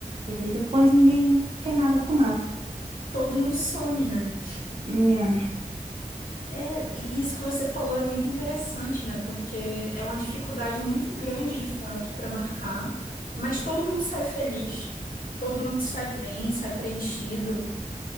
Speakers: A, on the right; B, on the left.
A: E daí depois ninguém quer nada com nada.
B: Todo mundo some, né?
A: Nhã.
B: É, e isso que você falou é muito interessante, né? Porque é uma dificuldade muito grande, de fato, para marcar, mas todo mundo sai feliz, todo mundo sai bem, sai preenchido.